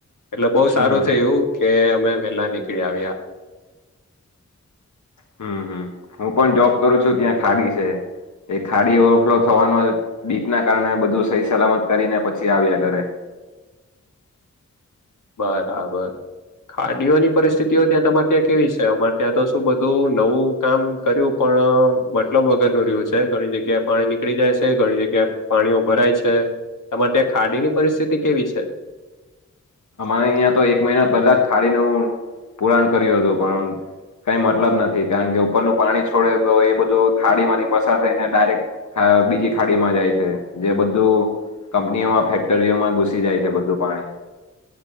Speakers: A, on the left; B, on the left.
A: એટલે બહુ
B: હમ
A: સારું થયું કે અમે વેલા નીકળી આવ્યા
B: હમ્મ હમ્મ હું પણ જોબ કરું છું ત્યાં ખાડી છે એ ખાડી ઓવરફ્લો થવાનું બીક ના કારણે બધું સહી સલામત કરીને પછી આવ્યા ઘરે
A: બરાબર ખાડીઓની પરિસ્થિતિઓ ત્યાં તમારે ત્યાં કેવી છે અમારે ત્યાં તો શું બધું નવું કામ કર્યું પણ મતલબ વગર નું રહ્યું છે ઘણી જગ્યા પાણી નીકળી જાય છે ઘણી જગ્યા પાણીઓ ભરાય છે તમારે ત્યાં ખાડી ની પરિસ્થિતિ કેવી છે
B: અમારે અહિયા તો એક મહિના પહેલા જ ખાડીનું પુરાણ કર્યું હતું પણ કઈ મતલબ નથી કારણ કે ઉપરનું પાણી છોડે તો એ બધું ખાડી માંથી પસાર થઈ ને ડાયરેક્ટ હ બીજી ખાડીમાં જાય છે જે બધું કંપનીઓમાં ફેક્ટરીઓમાં ઘુસી જાય છે બધું પાણી